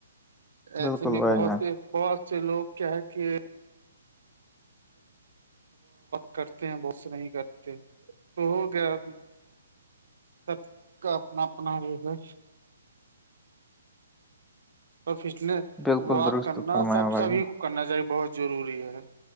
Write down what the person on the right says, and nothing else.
ایسے
میں
بہت
سے بہت سے لوگ کیا ہے کہ کرتے ہیں بہت سارے کرتے ہیں تو ہو گیا سب کا اپنا اپنا ہوگیا اور فٹنس
واک
کرنا
سب
سبھی
کرنا چاہیے بہت ضروری ہے